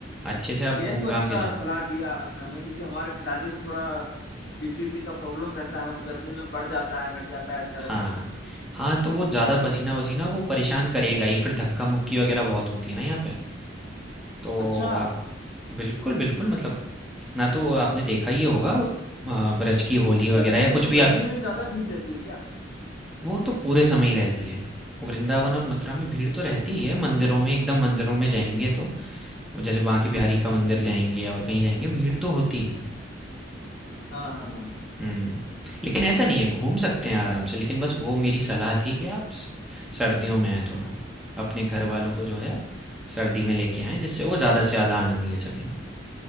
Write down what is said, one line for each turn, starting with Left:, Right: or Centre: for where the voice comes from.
Centre: अच्छे से आप
Left: ये
Centre: घूम
Left: तो
Centre: घाम
Left: अच्छा
Centre: के जाएं
Left: सलाह दिया आपने हमें क्योंकि हमारे पिताजी को थोड़ा बीपीपी का प्रॉब्लम रहता है वो गर्मी में बढ़ जाता है घट जाता है ऐसा रहता
Centre: हाँ।
Left: है
Centre: हाँ, तो वो ज़्यादा पसीना-वसीना वो परेशान करेगा ही, फिर धक्का-मुक्की वग़ैरह बहुत होती है ना यहाँ पे। तो
Left: अच्छा
Centre: आप बिल्कुल, बिल्कुल मतलब इतना तो आपने देखा ही होगा अ, ब्रज की होली वग़ैरह
Left: गर्मी
Centre: या
Left: में
Centre: कुछ
Left: तो
Centre: भी
Left: गर्मी
Centre: अ,
Left: में ज्यादा भीड़ रहती है क्या
Centre: वो तो पूरे समय ही रहती है। वृंदावन और मथुरा में भीड़ तो रहती ही है, मंदिरों में एकदम मंदिरों में जाएँगे तो, जैसे बांके बिहारी का
Left: अच्छा,
Centre: मंदिर जाएँगे और कहीं जाएँगे, भीड़ तो होती है।
Left: हाँ हाँ हाँ
Centre: हुँ। लेकिन ऐसा नहीं है, घूम सकते हैं आराम से, लेकिन बस वो मेरी सलाह थी कि आप स सर्दियों में आएँ थोड़ा। अपने घरवालों को जो है, सर्दी में लेके आएँ, जिससे वो ज़्यादा से ज़्यादा आनंद ले सकें।